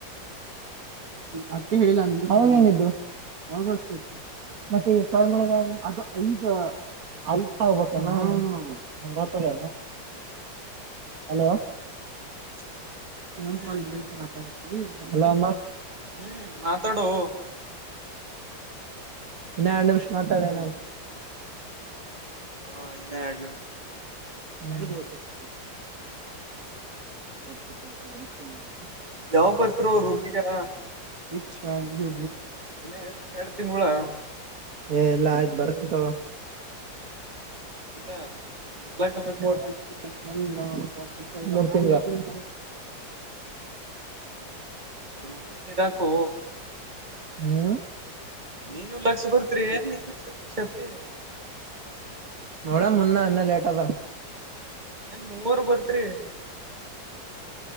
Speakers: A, on the right; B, on the right.
A: ಅದಕ್ಕೆ ಹೇಳಿದ್ದು ನಿನಗೆ ಅವನೆಷ್ಟು ಮತ್ತೀಗ ಫೋನ್ ಮಾಡಿದ್ರು ಅವನು ಅಲ್ಲಿ ತರಬೇಕಲ್ಲ ಹಲೋ
B: <inaudible>
A: ಇನ್ನೊಂದ
B: ಹ್ಮ್
A: ಕಾಲೇಜಿಇದೆ ಮಾತಾಡು ಹಲೋ ಅಮರ್
B: ಹ್ಮ್ ಮಾತಾಡು
A: ಇನ್ನ ಎರಡು ನಿಮಷ ಮಾತಾಡ ನಾನು
B: ಹಾ ನಿನ್ನ ಎರಡು ನಿಮಿಷ
A: ನನಗೂ ಗೊತ್ತು
B: ಹ <inaudible>
A: <unintelligible>
B: ಯಾವಾಗ ಬರ್ತೀರೋ ರೂಮಿಗೆ
A: ವಿಚ್ ವನ್ ಯು
B: ಇನ್ನ ಎರಡು ಎರಡು ತಿಂಗಳು
A: ಏ ಎಲ್ಲಾ ಆಯ್ತು ಬರ್ತಿನ್ ತಗೋ
B: ಇಲ್ಲ ಇರ್ಲಾಗಲ್ಲತ್ತೇನ
A: ಮೋದ <unintelligible> ಮೂರ್ ತಿಂಗಳು
B: ರೂಮಿನ ಇರಾಕು
A: ಹ್ಮ್
B: ನೀನು ಲಕ್ಷ ಬರ್ತ್ರಿ ಏನ್ ನೀನು ಶಫಿ
A: ನೋಡ ಮುಂದ ಇನ್ನ ಲೇಟ್ ಅದ
B: ಏನು ಮೂವರ್ ಬರ್ತೀರಿ